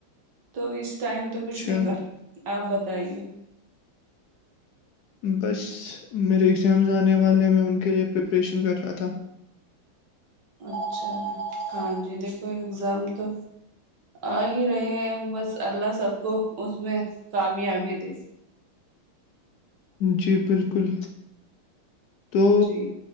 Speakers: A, on the right; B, on the left.
A: تو اس ٹائم تو
B: اچھا
A: کچھ نہیں کر آپ بتائیے
B: بس میرے ایگزامز آنے والے میں ان کے لیے پریپریشن کر رہا تھا
A: اچھا ہاں جی دیکھو اگزام تو آ ہی رہے ہیں بس اللہ سب کو اس میں کامیابی دے
B: جی بالکل تو
A: جی